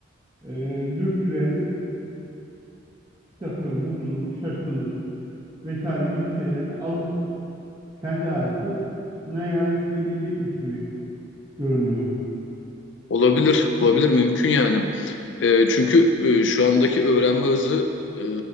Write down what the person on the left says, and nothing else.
Olabilir, olabilir mümkün yani. E, çünkü e, şu andaki öğrenme hızı e,